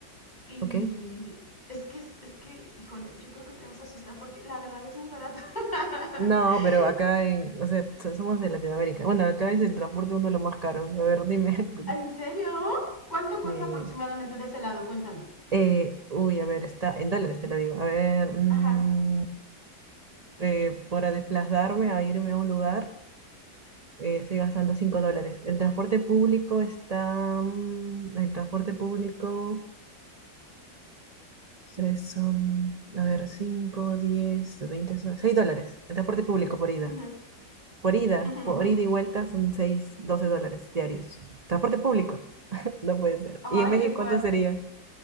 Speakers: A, on the left (about 20°); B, on the right (about 25°).
A: y
B: ok.
A: es que, es, es que, híjole, yo creo que te vas a asustar porque la verdad es muy barato. <laughs>
B: No, pero acá en, o sea, so- somos de Latinoamérica. Bueno, acá es el transporte uno de los más caros. A ver, dime, <laughs>
A: ¿En serio? ¿Cuánto cuesta
B: Sí.
A: aproximadamente de ese lado? Cuéntame.
B: Eh, uy, a ver, está en dólares, te lo digo. A ver, mm,
A: Ajá.
B: eh, para desplazarme a irme a un lugar, eh, estoy gastando 5 dólares. El transporte público está... mm, el transporte público, tres son, a ver, 5, 10, 20, 6 dólares. El transporte público por ida.
A: Ujú,
B: Por ida,
A: ujú,
B: por
A: ujú.
B: ida y vuelta son 6 12 dólares diarios. Transporte público, <laughs> no puede ser.
A: Ay,
B: ¿Y en México
A: qué fuerte.
B: cuánto sería?